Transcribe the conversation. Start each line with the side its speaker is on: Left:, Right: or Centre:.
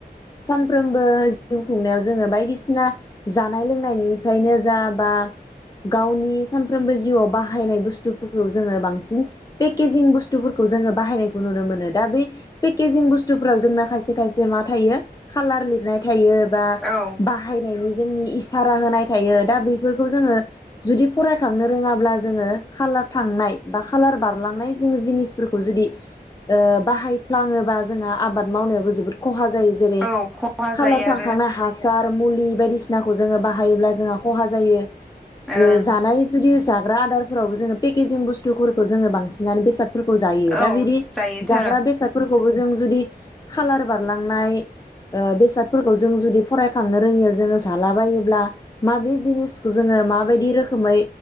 Left: सानफ्रोमबो जिउ खुंनायाव जोङो बायदिसिना जानाय लोंनायनिफ्रायनो जा बा गावनि सानफ्रोमबो जिउआव बाह बाहायनाय बुस्तुफोरखौ जोङो बांसिन पेकेजिं बुुस्टुफोरखौ जोङो बाहायनायखौ नुनो मोनो दा बै पेकेजिं बुस्टुफोरा जोंना खायसे खायसे मा थायो खालार लिरनाय था थायो बा
Centre: औ
Left: बाहायनायनि जोंनि इसारा होनाय थायो दा बेैफोरखौ जोङो जुदि फरायखांनो रोङाब्ला जो जोङो खालार थांनाय बा खालार बारलांनाय जों जिनिस फोरखौ जुदि ओ बाहायफ्लाङोबा जोंहा आबाद मावनायाबो जोबोद खहा जा जायो जेरै
Centre: औ खहा
Left: खालार
Centre: जायो
Left: थांखांनाय
Centre: आरो
Left: हासार मुलि बायदिसिनाखौ जोङो बाहायोब्ला जोंहा खहा जायो। ओ
Centre: ओं
Left: जानाय जुदि रो आदारफोरावबो जोङो पेकेजिं बुस्थुफोरखौ जोङो बांसिनानो बेसाद फोरखौ जायो
Centre: औ
Left: दा बिदि
Centre: जायोथार'
Left: जाग्रा बेसादफोरखौबो जों जुदि खालार बारलांनाय ओ बेसादफोरखौ जों जुदि फरायखांनो रोङियाव जोङो जालाबायोब्ला माबे जिनिसखौ जोङो माबायदि रोखोमै